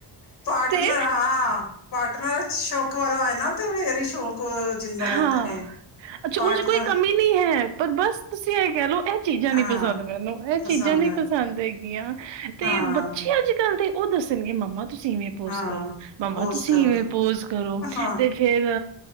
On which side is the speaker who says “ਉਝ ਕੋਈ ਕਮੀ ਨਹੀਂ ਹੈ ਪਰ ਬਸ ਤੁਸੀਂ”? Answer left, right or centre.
Right